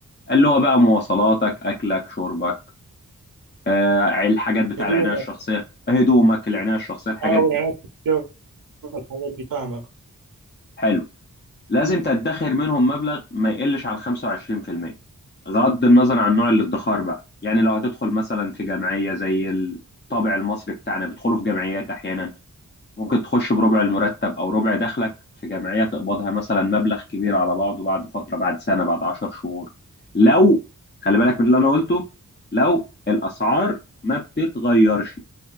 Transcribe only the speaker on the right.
هدوم
اه والعناية
الصحية والحاجات دي فاهمك